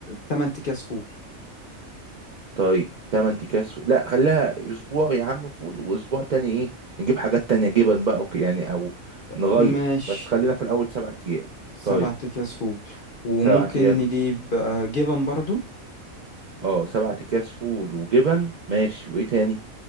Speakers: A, on the left; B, on the right.
A: تمن اكياس فول
B: طيب تمن اكياس فول. لا خليها اسبوع يا عم فول واسبوع تاني ايه نجيب حاجات تانية جبن بقى وك- يعني او نغير
A: ماشي
B: بس خلينا في الاول سبعة ايام
A: سبع
B: طيب
A: أكياس فول وممكن
B: سبعة ايام
A: نجيب آه، جبن برضو
B: اه سبعة اكياس فول وجبن ماشي وايه تاني